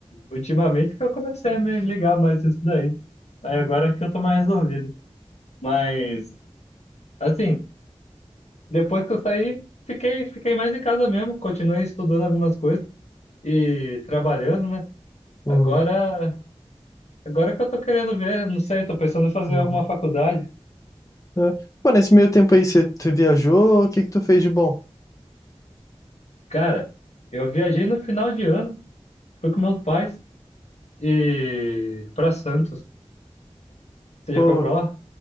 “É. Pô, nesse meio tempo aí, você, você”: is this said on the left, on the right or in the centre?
Left